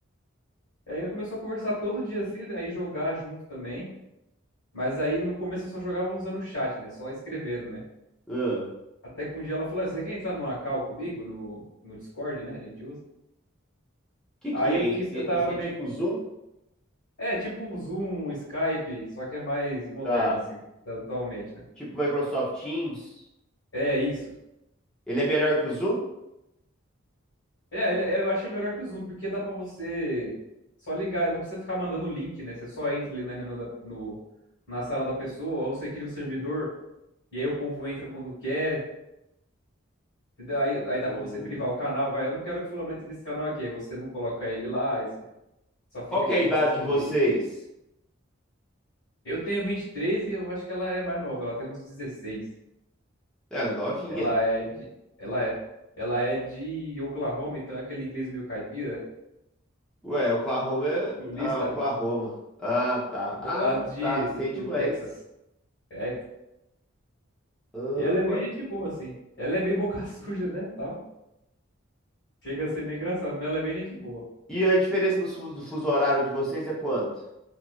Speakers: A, on the left (about 85°); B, in the centre.
A: Aí eu começou a conversar todo dia assim, aí jogar junto também. Mas aí no começo eu só jogava usando o chat, né? Só escrevendo, né?
B: hum.
A: Até que um dia ela falou assim, você quer entrar numa call comigo no, no Discord, né? A gente usa.
B: Que
A: Aí
B: que é
A: eu fiquei,
B: esse?
A: eu tava
B: Esse é
A: meio.
B: tipo
A: que-
B: Zoom?
A: É, tipo o Zoom, o Skype, só que é mais moderno,
B: Tá.
A: assim, atualmente, né?
B: Tipo Microsoft Teams?
A: É isso.
B: Ele é melhor que o Zoom?
A: É, ele- eu achei melhor que o Zoom, porque dá pra você só ligar, não precisa ficar mandando o link, né? Você só entra ali na reunião da, no, na sala da pessoa, ou você cria um servidor, e aí o povo entra quando quer, entendeu? Aí, aí dá
B: Hum.
A: pra você privar o canal, vai, eu não quero que fulano entre nesse canal aqui, aí você não coloca ele lá, aí você só fica
B: Qual que
A: quem
B: é a idade
A: você escolher.
B: de vocês?
A: Eu tenho 23 e três e eu acho que ela é mais nova, ela tem uns 16.
B: Era novinha.
A: Ela é de. Ela é. Ela é de Oklahoma, então é aquele inglês meio caipira,
B: Ué, Oklahoma é...
A: sulista,
B: Ah, Oklahoma. Ah, tá.
A: do
B: Ah,
A: lado de,
B: tá. Sei
A: de-
B: demais.
A: do Texas. É, pô.
B: Ah,
A: e ela é bem
B: ué.
A: gente boa, assim. Ela é meio boca <laughs> suja, né? Tal. Chega a ser meio engraçado, mas ela é bem gente boa.
B: E a diferença do, su- do fuso horário de vocês é quanto?